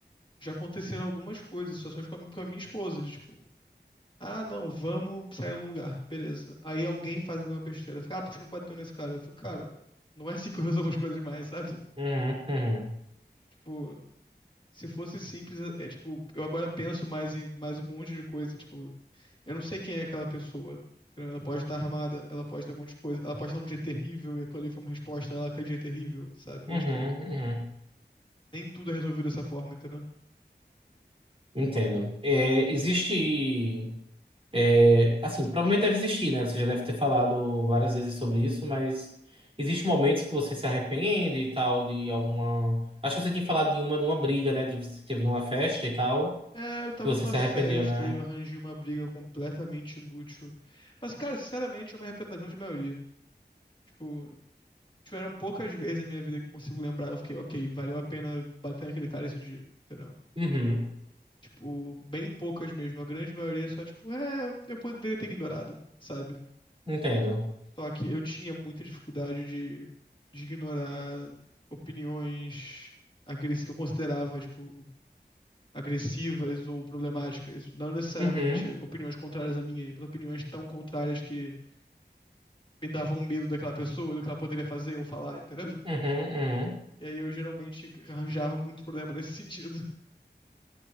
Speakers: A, on the left; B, on the right.
A: já aconteceram algumas coisas, situações com a, mi- com a minha esposa, de tipo, ah, não, vamos sair a um lugar, beleza. Aí alguém faz alguma besteira, fica, ah, por que você não bateu nesse cara? Eu fico, cara, não é assim que eu resolvo as coisas mais, sabe?
B: Uhum, uhum.
A: Tipo, Se fosse simples, é tipo, eu agora penso mais em mais um monte de coisa, tipo, eu não sei quem é aquela pessoa. entendeu? Ela pode estar armada, ela pode ter um monte de coisa, ela pode estar um dia terrível e aquilo ali foi uma resposta ela aquele dia é terrível, sabe?
B: Uhum,
A: É tipo,
B: uhum.
A: nem tudo é resolvido dessa forma, entendeu?
B: Entendo. É, existe. É, assim, provavelmente deve existir, né? Você já deve ter falado várias vezes sobre isso, mas existem momentos que você se arrepende e tal, de alguma. Acho que você tinha falado de uma, de uma briga, né? De você teve numa festa e tal,
A: É, eu tava
B: que você
A: numa
B: se
A: festa
B: arrependeu, né?
A: e eu arranjei uma briga completamente inútil. Mas, cara, sinceramente, eu me arrependo da grande maioria. Tipo, tiveram poucas vezes na minha vida que eu consigo lembrar, eu fiquei, ok, valeu a pena bater naquele cara esse dia, entendeu?
B: Uhum,
A: Tipo, bem poucas mesmo. A grande maioria só, tipo, é, eu poderia ter ignorado, sabe?
B: entendo.
A: Só que eu tinha muita dificuldade de, de ignorar opiniões agressivas que eu considerava, tipo, agressivas ou problemáticas. Não necessariamente
B: Uhum,
A: opiniões contrárias à minha, mas opiniões tão contrárias que me davam medo daquela pessoa, do que ela poderia fazer ou falar, entendeu?
B: uhum, uhum.
A: E aí eu geralmente arranjava muito problema nesse <laughs> sentido.